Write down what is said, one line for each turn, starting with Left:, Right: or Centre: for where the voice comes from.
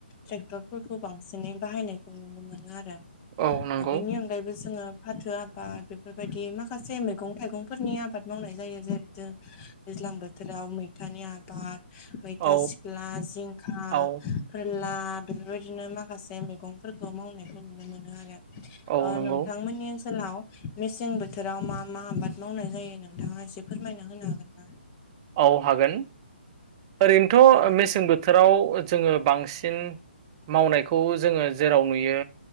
Left: ट्रेक्टरफोरखौ बांसिनै बाहायनायखौ नुनो मोनो आरो
Right: औ
Left: <inaudible>
Right: नंगौ
Left: ओ बेनि अनगायैबो जोङो फाथो आबाद बेफोरबायदि माखासे मैगं थाइगंफोरनि आबाद मावनाय जायो जेरैथो दैज्लां बोथोराव मैथानि आबाद मैथा
Right: औ
Left: सिख्ला जिंखा
Right: औ
Left: फोरला बेबायदिनो माखासे मैगंफोरखौ मावनायखौ नुनो मोनो आरो
Right: औ
Left: ओ
Right: नंगौ
Left: नोंथांमोननि ओनसोलाव मेसें बोथोराव मा मा आबाद मावनाय जायो नोंथाङा एसे फोरमायना होनो हागोन ना
Right: औ हागोन ओरैनोथ'
Left: औ
Right: मेसें बोथोराव जोङो बांसिन मावनायखौ जोङो जेराव नुयो